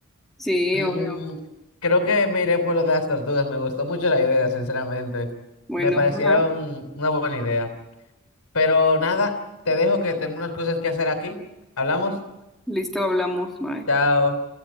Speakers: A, in the centre; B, on the left.
A: Sí,
B: Mm,
A: obvio.
B: creo que me iré por lo de las tortugas. Me gustó mucho la idea, sinceramente.
A: Bueno,
B: Me parecieron
A: hola.
B: una buena idea. Pero nada, te dejo que tengo unas cosas que hacer aquí. ¿Hablamos?
A: Listo, hablamos. Bye.
B: Chao.